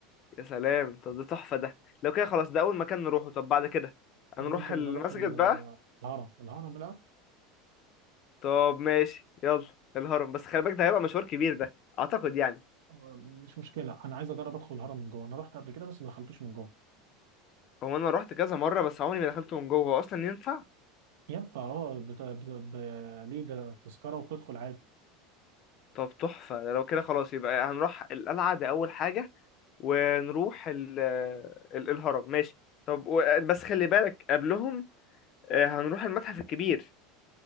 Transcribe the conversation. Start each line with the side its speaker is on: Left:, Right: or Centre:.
Left: يا سلام طب ده تحفة ده لو كده خلاص ده أول مكان نروحه طب بعد كده
Right: آه،
Left: هنروح
Right: ممكن
Left: المسجد
Right: نروح ال-
Left: بقى
Right: الهرم الهرم لا
Left: طب ماشي يلا الهرم بس خلي بالك ده هيبقى مشوار كبير ده أعتقد يعني
Right: آه، مش مشكلة أنا عايز أجرب أدخل الهرم من جوه أنا رحت قبل كده بس ما دخلتوش من جوه
Left: هو أنا روحت كذا مرة بس عمري ما دخلته من جوه هو أصلا ينفع
Right: ينفع أه بت- ب- ب- ليه ده تذكرة وتدخل عادي
Left: طب تحفة ده لو كده خلاص يبقى هنروح القلعة دي أول حاجة ونروح ال ال- الهرم ماشي طب و- بس خلي بالك قبلهم آه، هنروح المتحف الكبير